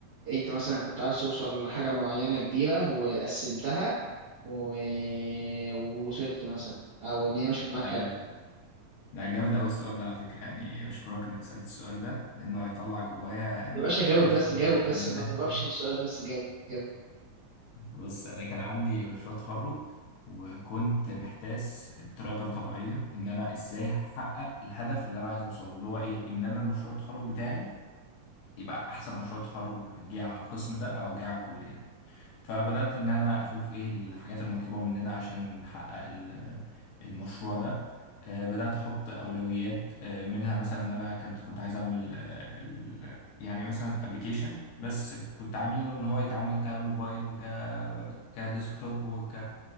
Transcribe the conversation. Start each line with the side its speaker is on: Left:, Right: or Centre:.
Right: انت مثلا كنت عايز توصل لحاجة معينة كبيرة وقسمتها و... ووصلت مثلا او ان هي مشيت معاك
Left: ده
Right: حلو
Left: ده جامد قوي السؤال ده على فكره يعني اشكرك انك سالت السؤال ده لانه هيطلع جوايا يعني
Right: يا باشا جاوب
Left: حاجات كتير
Right: بس جاوب
Left: <laughs>
Right: بس ما تهربش من السؤال بس جاوب جاوب
Left: بص انا كان عندي مشروع تخرج وكنت محتاس بطريقه غير طبيعيه ان انا ازاي احقق الهدف اللي انا عايز اوصله اللي هو ايه ان انا المشروع التخرج بتاعي يبقى احسن مشروع تخرج جه على القسم ده او جه على الكليه دي فبدأت إن أنا أشوف إيه الحاجات المطلوبة مننا عشان نحقق ال- المشروع ده آه، بدأت أحط أولويات آه، منها مثلا إن أنا كنت كنت عايز أعمل آه، ال- يعني مثلا أبليكيشن بس كنت عامل له إن هو يتعمل كموبايل وك كديسكتوب وك